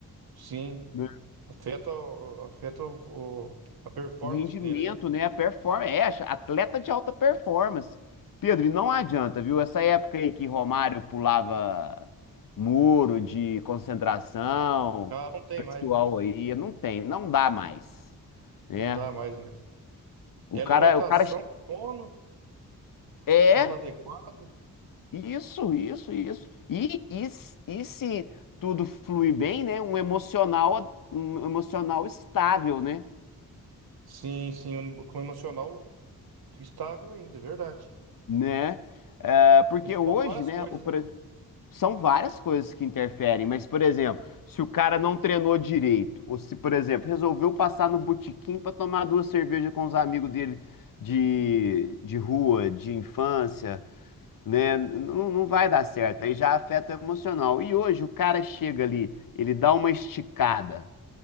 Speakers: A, on the right; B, on the left.
A: Sim,
B: né?
A: afeta, o- afeta o, o- a performance
B: O rendimento,
A: dele, né?
B: né? A performance. É, atleta de alta performance. Pedro, e não adianta, viu? Essa época aí que Romário pulava muro de concentração,
A: Ah, não tem
B: o pessoal
A: mais, né?
B: aí, não tem, não dá mais, né?
A: Não dá mais mesmo.
B: O
A: E alimentação,
B: cara, o cara
A: sono,
B: é,
A: sono adequado.
B: Isso, isso, isso. E, e, s- e se tudo fluir bem, né? Um emocional, um emocional estável, né?
A: Sim, sim, o- com o emocional estável ainda, é verdade.
B: Né? É, porque
A: Envolve
B: hoje,
A: várias
B: né,
A: coisas,
B: o pre-
A: né?
B: são várias coisas que interferem, mas, por exemplo, se o cara não treinou direito, ou se, por exemplo, resolveu passar no botequim para tomar duas cervejas com os amigos dele de, de rua, de infância, né? Não, não vai dar certo. Aí já afeta o emocional. E hoje o cara chega ali, ele dá uma esticada